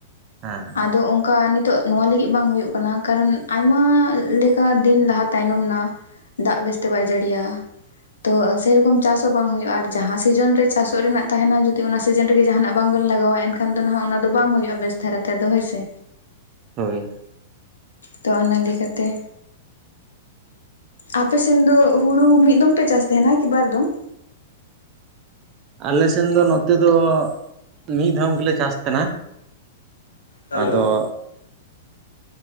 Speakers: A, on the right; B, on the left.
A: ᱦᱩᱸ᱾
B: ᱟᱫᱚ ᱚᱝᱠᱟ ᱱᱤᱛᱳᱜ ᱱᱚᱣᱟ ᱞᱟᱹᱜᱤᱫ ᱵᱟᱝ ᱦᱩᱭᱩᱜ ᱠᱟᱱᱟ ᱠᱟᱨᱚᱱ ᱟᱭᱢᱟ ᱞᱮᱠᱟ ᱫᱤᱱ ᱞᱟᱦᱟ ᱛᱟᱭᱱᱚᱢ ᱱᱟ᱾ ᱫᱟᱜ ᱵᱮᱥᱛᱮ ᱵᱟᱭ ᱡᱟᱲᱤᱭᱟ, ᱛᱚ ᱥᱮᱨᱚᱠᱚᱢ ᱪᱟᱥ ᱵᱟᱝ ᱦᱩᱭᱩᱜ-ᱟ ᱟᱨ ᱡᱟᱦᱟᱸ ᱥᱤᱡᱚᱱ ᱨᱮ ᱪᱟᱥᱚᱜ ᱨᱮᱱᱟᱜ ᱛᱟᱦᱮᱱᱟ ᱡᱩᱫᱤ ᱚᱱᱟ ᱥᱤᱡᱤᱱ ᱨᱮᱜᱮ ᱡᱟᱸᱦᱟᱱᱟᱜ ᱵᱟᱝᱵᱮᱱ ᱞᱟᱜᱟᱣᱟ ᱮᱱᱠᱷᱟᱱ ᱠᱷᱟᱱ ᱫᱚ ᱱᱟᱜ ᱚᱱᱟ ᱫᱚ ᱵᱟᱝ ᱦᱩᱭᱩᱜ-ᱟ ᱵᱮᱥ ᱫᱷᱟᱨᱟ ᱛᱮᱫᱚ ᱦᱳᱭ ᱥᱮ᱾
A: ᱦᱳᱭ᱾
B: ᱛᱚ ᱚᱱᱟ ᱞᱮᱠᱟᱛᱮ ᱟᱯᱮ ᱥᱮᱱ ᱫᱚ ᱦᱩᱲᱩ ᱢᱤᱫ ᱫᱚᱢ ᱯᱮ ᱪᱟᱥ ᱛᱟᱸᱦᱮᱱᱟ ᱠᱤ ᱵᱟᱨ ᱫᱚᱢ?
A: ᱟᱞᱮᱥᱮᱱ ᱫᱚ ᱱᱚᱛᱮ ᱫᱚ ᱢᱤᱫ ᱫᱷᱚᱢ ᱜᱮᱞᱮ ᱪᱟᱥ ᱛᱟᱸᱦᱮᱱᱟ᱾
B: ᱦᱮᱞᱳ
A: ᱟᱫᱚ